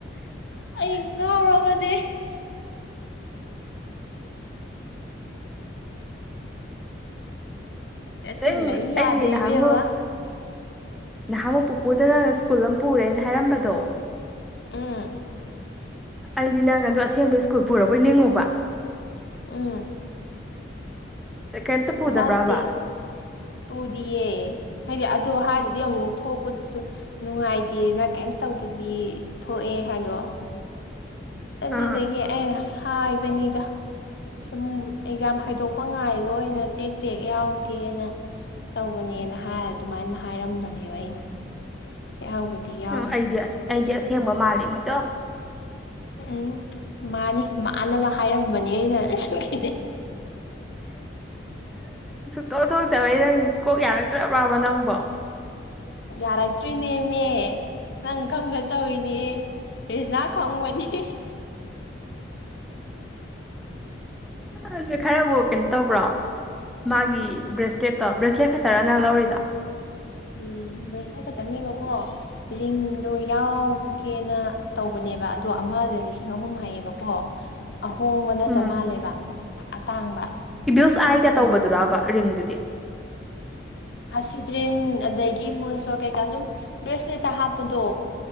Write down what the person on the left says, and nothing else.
ꯑꯩ ꯅꯔ ꯃꯗꯦ ꯍꯦꯛꯇ
ꯂꯩ ꯌꯥꯗꯦ
ꯏꯕꯦꯝꯃ
ꯎꯝ
ꯎꯝ
ꯅꯠꯇ ꯄꯨꯗꯤꯦ ꯍꯥꯏꯗꯤ ꯑꯣ ꯍꯥꯏꯔꯗꯤ ꯑꯃꯨꯛ ꯊꯣꯛꯄꯗꯨꯁꯨ ꯅꯨꯡꯉꯥꯏꯇꯦꯅ ꯀꯩꯝ ꯇꯧꯗꯕꯤ ꯊꯣꯛꯑꯦ ꯍꯥꯏꯗꯣ ꯑꯗꯨꯗꯒꯤ
ꯑꯩꯅ ꯍꯥꯏꯕꯅꯤꯗ ꯁꯨꯝ ꯑꯦꯛꯖꯥꯝ ꯍꯥꯏꯗꯣꯛꯄ ꯉꯥꯏꯕ ꯑꯣꯏꯅ ꯇꯦꯛ ꯇꯦꯛ ꯌꯥꯎꯒꯦꯅ ꯇꯧꯕꯅꯦꯅ ꯍꯥꯏ ꯑꯗꯨꯃꯥꯏꯅ ꯍꯥꯏꯔꯝꯕꯅꯦꯕ ꯑꯩꯅ ꯌꯥꯎꯕꯗꯤ ꯌꯥꯎꯗꯦ
ꯎꯝ ꯃꯥꯅꯤ ꯃꯥꯅꯕ ꯍꯥꯏꯔꯝꯕꯅꯤ ꯑꯩꯅ ꯀꯅꯦ
ꯌꯥꯔꯛꯇꯣꯏ ꯅꯦꯝꯃꯦ ꯅꯪ ꯈꯪꯗ ꯇꯧꯅꯦ ꯏꯁꯅꯥ ꯈꯥꯎꯕꯅꯤ
ꯎꯝ ꯕ꯭ꯔꯦꯁꯂꯦꯠ ꯈꯛꯇꯅꯦꯕꯀꯣ ꯔꯤꯡꯗꯣ ꯌꯥꯎꯕꯒꯦꯅ ꯇꯧꯕꯅꯦꯕ ꯑꯗꯣ ꯑꯃꯗ ꯂꯤꯁꯤꯡ ꯑꯍꯨꯝ ꯍꯥꯏꯌꯦꯕꯀꯣ ꯑꯍꯣꯡꯕ ꯅꯠꯇ
ꯃꯥꯜꯂꯦꯕ ꯑꯇꯥꯡꯕ
ꯑꯗꯣ
ꯑꯁꯤꯇ꯭ꯔꯤꯟ ꯑꯗꯒꯤ ꯃꯨꯜꯁꯨꯣ ꯀꯩꯀꯥ ꯁꯨꯝ ꯕ꯭ꯔꯦꯁꯂꯦꯠꯇ ꯍꯥꯞꯄꯗꯣ